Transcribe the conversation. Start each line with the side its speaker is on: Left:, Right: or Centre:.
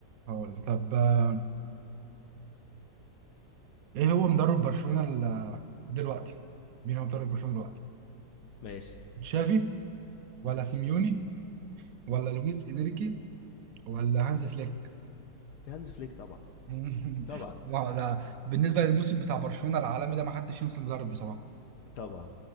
Right: هقول لك. طب آه، ايه هو مدرب برشلونة ال- دلوقتي مين هو مدرب برشلونة دلوقتي
Left: ماشي
Right: تشافي ولا سيميوني ولا لويس انريكي ولا هانز فليك
Left: هانز فليك طبعا
Right: <laughs>
Left: طبعا
Right: لا لا بالنسبه للموسم بتاع برشلونه العالمي ده ما حدش ينسى المدرب بصراحه
Left: طبعا